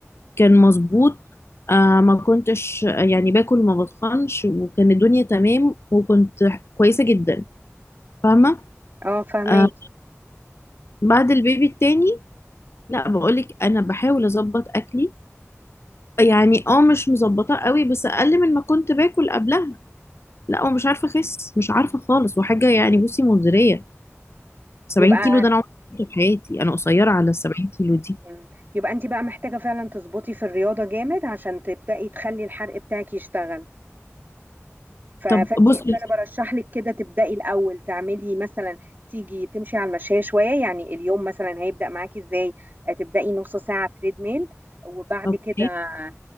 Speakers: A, on the left (about 55°); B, on the right (about 40°).
A: كان مظبوط آه ما كنتش يعني باكل ما بتخنش وكان الدنيا تمام وكنت كويسه جدا فاهمه
B: اه فهماكي
A: آه بعد البيبي التاني لا بقولك انا بحاول اظبط اكلي يعني اه مش مظبطه قوي بس اقل من ما كنت باكل قبلها لا ومش عارفه اخس مش عارفه خالص وحاجه يعني بصي مزريه 70
B: يبقى
A: كيلو ده انا عمري ما شفته في حياتي انا قصيره على ال 70 كيلو دي
B: يبقى, يبقى انت بقى محتاجة فعلا تظبطي في الرياضة جامد عشان تبدأي تخلي الحرق بتاعك يشتغل ف- فانت
A: طب بصي
B: فانا برشح لك كده تبداي الاول تعملي مثلا تيجي تمشي على المشاية شويه يعني اليوم مثلا هيبدا معاكي ازاي آه، تبداي نص ساعه تريد ميل وبعد
A: اوكي
B: كده آه،